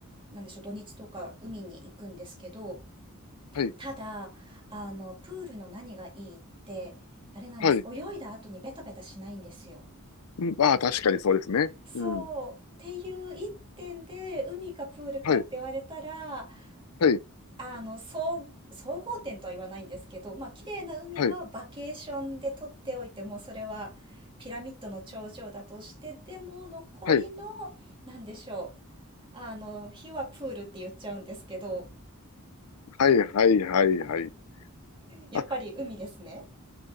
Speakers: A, on the right; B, on the left.
A: なんでしょう、土日とか海に行くんですけど、
B: はい。
A: ただ、あの、プールの何がいいって、あれなんです。
B: はい。
A: 泳いだ後にベタベタしないんですよ。
B: うん。ああ、確かにそうですね。
A: そう。
B: うん。
A: っていう一点で、海かプールかって言われたら、
B: はい。はい。
A: あの、総、総合点とは言わないんですけど、まあ、綺麗な海はバケーションで撮っておいても、
B: はい。
A: それはピラミッドの頂上だとして、でも残りの、
B: はい。
A: なんでしょう。あの、火はプールって言っちゃうんですけど、
B: はい。はい。はい。はい。
A: やっぱり海ですね。
B: あ、